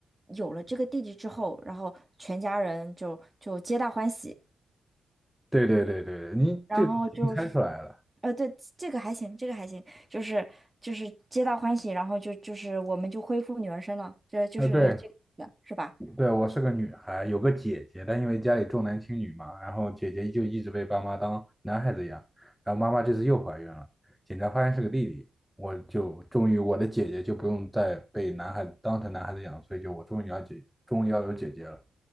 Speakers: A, on the right; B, in the centre.
A: 有了这个弟弟之后，然后全家人就就皆大欢喜，
B: 对对对对，你就已经猜出来了。
A: 然后就是，呃，对，这个还行，这个还行，就是就是皆大欢喜，然后就就是我们就恢复女儿身了，这就是这个意思，
B: 啊，对
A: 是吧？
B: 对，我是个女孩，有个姐姐，但因为家里重男轻女嘛，然后姐姐就一直被爸妈当男孩子养，然后妈妈这次又怀孕了，检查发现是个弟弟，我就终于我的姐姐就不用再被男孩子当成男孩子养，所以就我终于要姐，终于要有姐姐了。